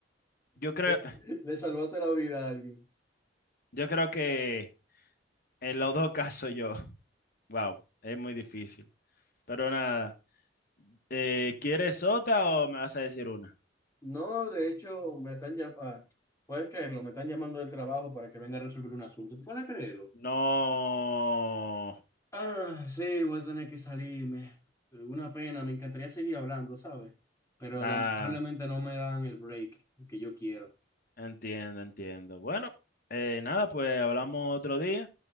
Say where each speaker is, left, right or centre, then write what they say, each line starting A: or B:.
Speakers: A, on the left (about 55°); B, on the left (about 20°).
A: Yo creo,
B: <laughs> le salvaste la vida a alguien.
A: yo creo que en los dos casos yo, <laughs> wow, es muy difícil. Pero nada, eh, ¿quieres otra o me vas a decir una?
B: No, de hecho, me están llamando, puedes creerlo, me están llamando del trabajo para que venga a resolver un asunto. ¿Tú puedes creerlo?
A: No,
B: Ah, sí, voy a tener que salirme. Una pena, me encantaría seguir hablando, ¿sabes? Pero
A: nada,
B: lamentablemente no me dan el break que yo quiero.
A: entiendo, entiendo. Bueno, eh, nada, pues hablamos otro día.